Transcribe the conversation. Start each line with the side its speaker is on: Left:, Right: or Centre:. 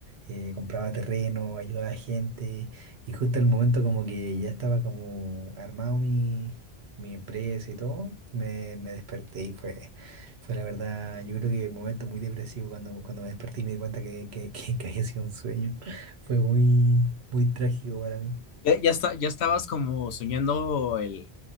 Right: eh, compraba terreno, ayudaba a gente y justo el momento como que ya estaba como armado mi, mi empresa y todo, me, me desperté y fue, fue la verdad, yo creo que un momento muy depresivo cuando, cuando me desperté y me di cuenta que, que, <laughs> que, que había sido un sueño. Fue muy, muy trágico para mí.
Left: Ya, ya está, ya estabas como soñando el,